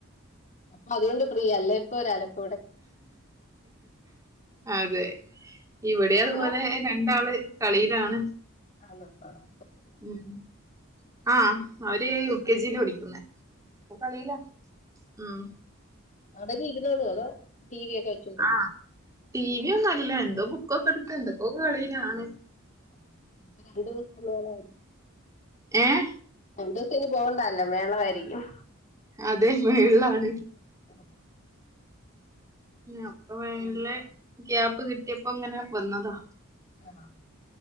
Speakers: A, on the left; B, on the right.
A: അപ്പൊ അതുകൊണ്ട് ഫ്രീ അല്ല ഇപ്പൊ ഒരലക്ക്
B: അതെ ഇവിടെ അതുപോലെ
A: അവിടോ
B: രണ്ടാള് കളിയിലാണ്
A: ആണോ ആഹ്
B: ഉം ആഹ് അവര് യു കെ ജിൽ പഠിക്കുന്നേ ഇപ്പൊ കളില ഉം
A: അടങ്ങി ഇരുന്നോളോ അതോ ടി വി ഒക്കെ വെച്ച് കൊടുക്കും
B: ആഹ് ടി വി ഒന്നും ഇല്ല എന്തോ ബുക്കൊക്കെ എടുത്ത് എന്തൊക്കോക്കെ കളിയിലാണ്
A: <inaudible>
B: ഏഹ്
A: രണ്ടിസിനി പോവണ്ടല്ലെ മേളായിരിക്കും.
B: അതെ <unintelligible> ള്ളാണ്
A: <inaudible>
B: അപ്പൊ മെല്ലെ
A: പിന്നെ
B: ഗ്യാപ്പ് കിട്ട്യപ്പോ ങ്ങനെ വന്നതാ.
A: ആഹാ